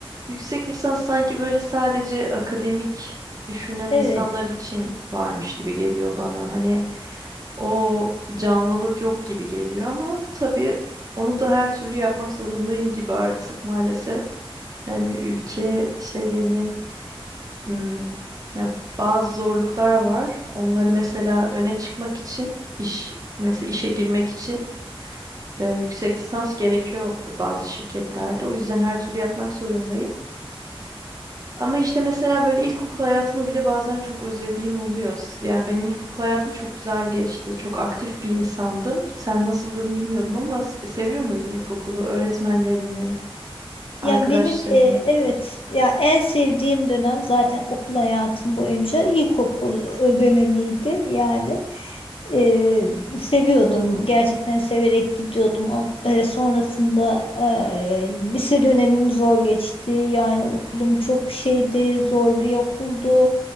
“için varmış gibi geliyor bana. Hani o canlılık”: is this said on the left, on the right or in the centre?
Right